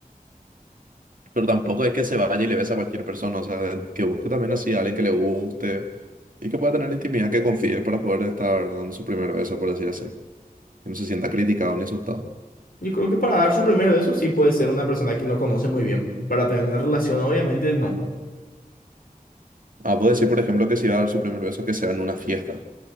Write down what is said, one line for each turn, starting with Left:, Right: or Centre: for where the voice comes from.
Right: Pero tampoco es que se vaya y le besa a cualquier persona, o sea, que busque también así a alguien que le guste y que pueda tener intimidad, que confíe para poder estar dando su primer beso, por decir así. Que no se sienta criticado ni asustado.
Left: Yo creo que para dar su primer beso sí puede ser una persona que no conoce muy bien. Para tener una relación, obviamente no.
Right: Ah, puedo decir, por ejemplo, que si va a dar su primer beso, que sea en una fiesta.